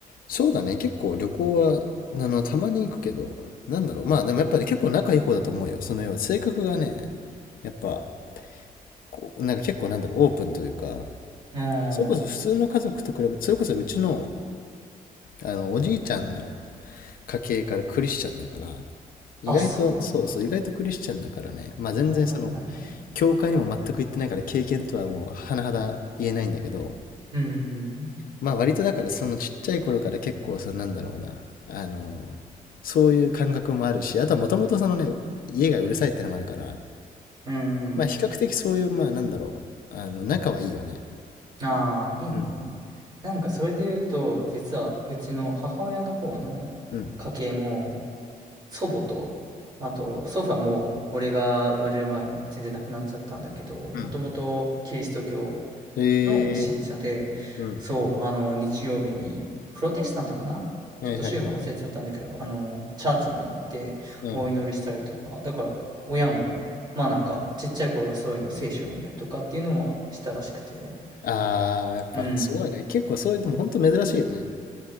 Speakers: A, on the left; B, on the right.
A: そうだね。結構旅行は、あの、たまに行くけど、なんだろう。まあでもやっぱり結構仲いい方だと思うよ。その要は性格がね、やっぱ、こう、なんか結構なんだろう、オープンというか、
B: うーん。
A: それこそ普通の家族と比べて、それこそうちの、あの、おじいちゃんの家系からクリスチャンだから、意外と、
B: あ、そうなんだ。
A: そうそう、意外とクリスチャンだからね、まあ全然その、
B: はいはいはいはい。
A: 教会にも全く行ってないから経験とはもう甚だ言えないんだけど、
B: うーん。
A: まあ割とだからそのちっちゃい頃から結構そのなんだろうなあのそういう感覚もあるしあとはもともとそのね家がうるさいってのもあるから
B: うーん。うん
A: まあ比較的そういうまあなんだろうあの仲はいいよね
B: ああー、いいね、
A: うん
B: いいね。なんかそれで言うと、実はうちの母親の方の家系も、
A: うん
B: 祖母と、あと祖父はもう俺が生まれる前に全然亡くなっちゃったんだけど、
A: うん
B: もともとキリスト教
A: へえ
B: の信者で、
A: うん
B: そう、あの、日曜日に、プロテスタントかなちょっと宗派忘れちゃったんだけど、
A: はいはいはい
B: あの、チャーチに行ってお祈りしたりとか、
A: うん、
B: だから親も、まあなんか、ちっちゃい頃はそういうの聖書読んだりとかっていうのはしたらしくて、
A: ああーやっぱすごいね結構そういうでも本当珍しいよね
B: うん。